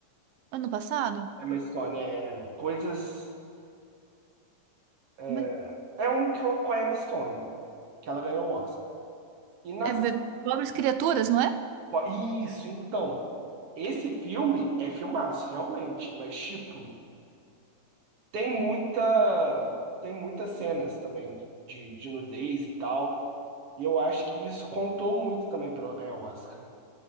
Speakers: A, on the right (about 90°); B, on the right (about 55°).
A: Ano passado?
B: Emma Stone, é. Coisas. É,
A: Como é que-
B: é um co- com a Emma Stone, que ela ganhou o Oscar. E nas.
A: É be- pobres criaturas, não é?
B: Pô, Isso, então. Esse filme é filmaço, realmente, mas, tipo, tem muita. Tem muitas cenas também de, de nudez e tal. E eu acho que isso contou muito também para ela ganhar o Oscar.